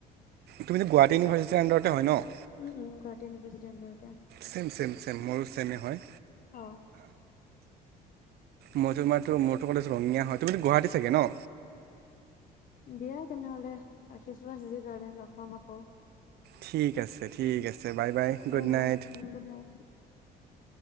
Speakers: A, on the right (about 70°); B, on the left (about 55°).
A: তুমিটো গুৱাহাটী ইউভাৰ্চি <unintelligible> ষ্টেণ্ডাৰতে হয় ন <unintelligible>
B: উম উম গুৱাহাটী ইউনিভাৰ্চিটিৰ আন্দাৰতে
A: ছেম ছেম ছেম মোৰো ছেমে হয়
B: অ
A: মই ত মাত ম ৰঙা হয় তুমিত গুৱাহাটী চাগে ন
B: দিয়া তেনেহলে ৰাখিছো আজিৰ কাৰণে লগ মামা ক
A: ঠিক আছে ঠিক আছে বাই গুড
B: বাই বাৰ
A: নাইট
B: গুড নাইট <unintelligible>